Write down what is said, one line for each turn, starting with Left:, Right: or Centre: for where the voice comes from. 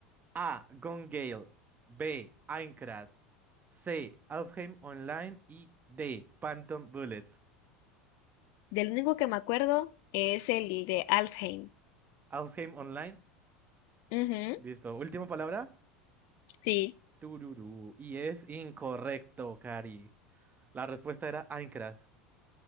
Right: A. Gone Gale. B. Aincrad. C. Alfheim Online y D. Phantom Bullet.
Left: Del único que me acuerdo es el de Alfheim.
Right: Alfheim Online.
Left: Ujú,
Right: Listo. Última palabra.
Left: sí.
Right: Tururú. Y es incorrecto, Cari. La respuesta era Aincrad.